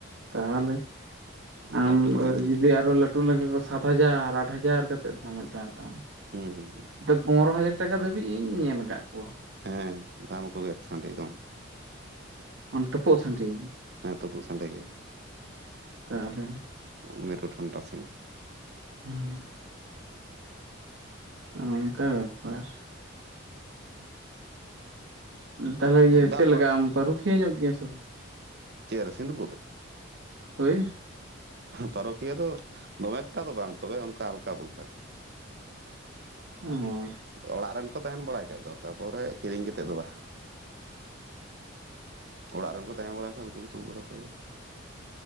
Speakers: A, on the right; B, on the right.
A: ᱛᱟᱦᱚᱞᱮ ᱟᱢ
B: ᱞᱟᱹᱴᱩ ᱠᱟᱛᱮᱫ ᱢᱟ
A: ᱡᱩᱫᱤ ᱟᱨᱚ ᱞᱟᱹᱴ ᱴᱩ ᱞᱮᱠᱷᱟᱡ ᱠᱚ ᱥᱟᱛ ᱦᱟᱡᱟᱨ ᱟᱴ ᱦᱟᱡᱟᱨ ᱠᱟᱛᱮᱫ ᱛᱟᱦᱮᱱ ᱢᱮᱫᱴᱟᱝ ᱢᱮᱫᱴᱟᱝ᱾
B: ᱦᱩᱸ ᱦᱩᱸ
A: ᱯᱚᱱᱨᱚ ᱦᱟᱡᱟᱨ ᱴᱟᱠᱟ ᱫᱷᱟᱹᱵᱤᱡ ᱤᱧ ᱧᱮᱞ ᱠᱟᱫ ᱠᱚᱣᱟ᱾
B: ᱦᱮᱸ ᱫᱟᱢ ᱠᱚᱜᱮᱭᱟᱠᱚ ᱥᱟᱺᱰᱤ ᱫᱚ᱾
A: ᱛᱩᱯᱩᱜ ᱥᱟᱺᱰᱤ
B: ᱦᱮᱸ ᱛᱩᱯᱩᱜ ᱥᱟᱸᱰᱮ ᱜᱮ
A: ᱛᱟᱦᱚᱞᱮ
B: ᱯᱩᱨᱟᱹ ᱢᱮᱨᱩ ᱴᱷᱚᱱᱴᱟ ᱥᱤᱢ
A: ᱦᱩᱸ ᱚᱱᱠᱟ ᱵᱮᱯᱟᱨ ᱛᱟᱦᱞᱮ ᱤᱭᱟᱹ
B: ᱫᱟᱜ
A: ᱪᱮᱫ ᱞᱮᱠᱟᱢ
B: ᱵᱟᱲᱟ
A: ᱨᱩᱠᱷᱤᱭᱟᱹ ᱧᱚᱜ ᱜᱮᱭᱟ ᱥᱮ ᱵᱟᱝ?
B: ᱪᱮᱫ ᱨᱮ ᱥᱤᱸᱫᱩᱯᱩᱨ ᱨᱮ
A: ᱦᱳᱭ
B: ᱯᱟᱨᱚᱠᱤᱭᱟᱹ ᱫᱚ ᱫᱚᱢᱮ ᱮᱠᱴᱟ ᱫᱚ ᱵᱟᱝ ᱛᱚᱵᱮ ᱚᱱᱠᱟ ᱦᱟᱞᱠᱟ ᱵᱷᱩᱞᱠᱟ ᱟᱨᱠᱤ᱾
A: ᱚᱻ
B: ᱚᱲᱟᱜ ᱨᱮᱱ ᱠᱚ ᱛᱟᱦᱮᱱ ᱵᱟᱲᱟᱭ ᱠᱷᱟᱡ ᱫᱚ ᱛᱟᱨᱯᱚᱨᱮ ᱠᱤᱨᱤᱧ ᱠᱟᱛᱮᱫ ᱫᱚ ᱵᱟᱦ ᱚᱲᱟᱜ ᱨᱮᱱ ᱠᱚ ᱛᱟᱦᱮᱸ ᱵᱟᱲᱟ ᱠᱷᱟᱱ ᱩᱱᱠᱩ ᱠᱩ ᱛᱩᱯᱩᱫ ᱵᱟᱲᱟ ᱠᱚ ᱦᱩᱭᱩᱜᱼᱟ ᱾